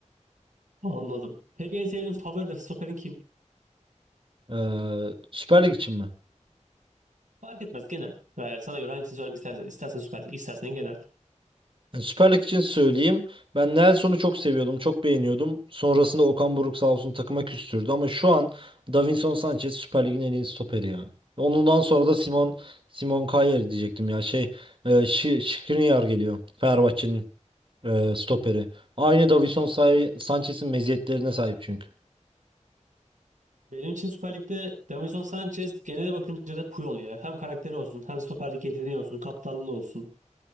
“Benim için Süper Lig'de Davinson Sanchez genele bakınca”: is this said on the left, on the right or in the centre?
Right